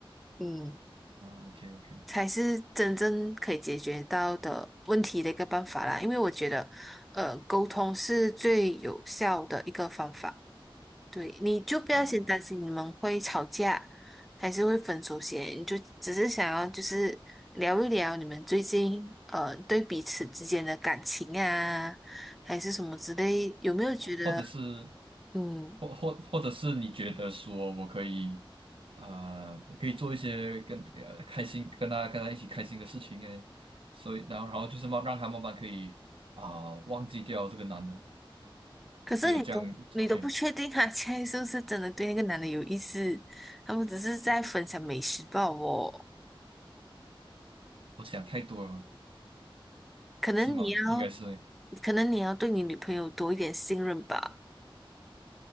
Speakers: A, in the centre; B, on the right.
A: 嗯。
B: 啊，OK OK
A: 才是真正可以解决到的问题的一个办法啦。因为我觉得，呃，沟通是最有效的一个方法。对，你就不要先担心你们会吵架，
B: 啊，
A: 还是会分手先，你就只是想要就是聊一聊你们最近呃对彼此之间的感情啊，还是什么之类，有没有觉得
B: 或者是
A: 嗯？
B: 或或或者是你觉得说我可以呃，我可以做一些跟呃开心跟他跟他一起开心的事情诶，所以然后然后就是慢让他慢慢可以啊、忘记掉这个男的，
A: 可是你都你都不确定他
B: 觉得这样 OK，
A: <laughs> 现在是不是真的对那个男的有意思，他们只是在分享美食报哦。
B: 我想太多了，
A: 可能你要，
B: 是吗？应该是
A: 可能你要对你女朋友多一点信任吧。